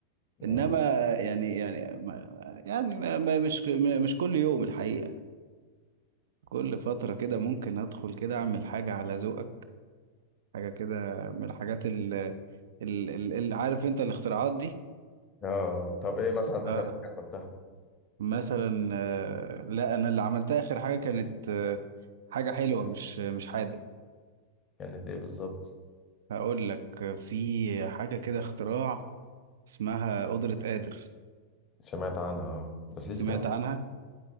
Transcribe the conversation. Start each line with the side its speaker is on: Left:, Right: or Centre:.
Left: آه
Right: انما يعني يعني ما يعني ما ما- مش ما- مش كل يوم الحقيقة كل فترة كده ممكن ادخل كده اعمل حاجة على ذوقك حاجة كده من الحاجات ال اللي عارف انت الاختراعات دي
Left: آه، طب إيه مثلا
Right: آه.
Left: آخر حاجة عملتها؟
Right: مثلا آه، لا انا اللي عملتها اخر حاجة كانت آه، حاجة حلوة مش مش حادق
Left: كانت إيه بالظبط؟
Right: هقول لك في حاجة كده اختراع اسمها قدرة قادر
Left: سمعت عنها اه بس
Right: سمعت
Left: دي بتتعمل
Right: عنها